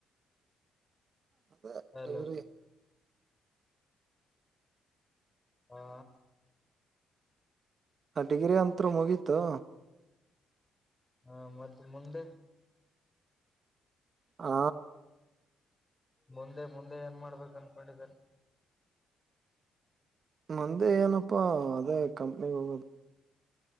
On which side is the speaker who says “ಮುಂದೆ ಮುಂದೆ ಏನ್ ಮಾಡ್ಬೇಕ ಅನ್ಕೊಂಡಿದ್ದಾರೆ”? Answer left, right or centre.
Left